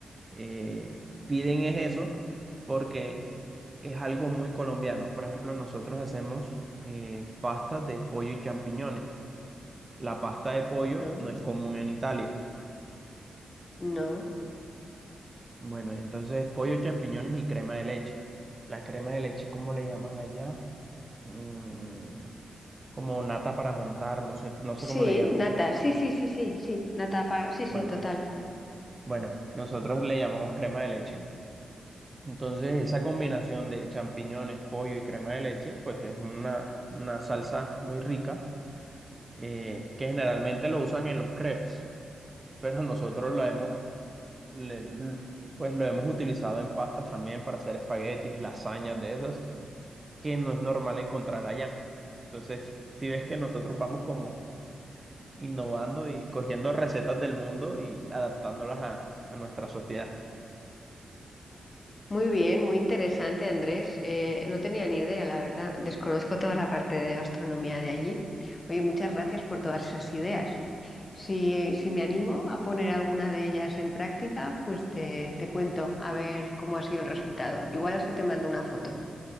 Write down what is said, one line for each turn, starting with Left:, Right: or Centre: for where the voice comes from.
Right: eh, piden es eso porque es algo muy colombiano. Por ejemplo, nosotros hacemos eh, pastas de pollo y champiñones. La pasta de pollo
Left: ujú.
Right: no es común en Italia.
Left: No.
Right: Bueno, entonces pollo, champiñones y crema de leche. La crema de leche, ¿cómo le llaman allá? Mm, como nata para montar, no sé, no sé
Left: Sí,
Right: cómo le llaman.
Left: nata. Sí, sí, sí, sí, sí. Nata para... Sí, sí,
Right: Bueno,
Left: total.
Right: bueno, nosotros le llamamos crema de leche. Entonces, esa combinación de champiñones, pollo y crema de leche, pues es una, una salsa muy rica eh, que generalmente lo usan en los crepes, pero <laughs> nosotros lo hemos, le- pues lo hemos utilizado en pastas también para hacer espaguetis, lasañas de esas. que no es normal encontrar allá. Entonces, si ves que nosotros vamos como innovando y cogiendo recetas del mundo y adaptándolas a, a nuestra sociedad.
Left: Muy bien, muy interesante, Andrés. Eh, no tenía ni idea, la verdad. Desconozco toda la parte de gastronomía de allí. Oye, muchas gracias por todas esas ideas. Si, si me animo a poner alguna de ellas en práctica, pues te, te cuento a ver cómo ha sido el resultado. Igual hasta te mando una foto.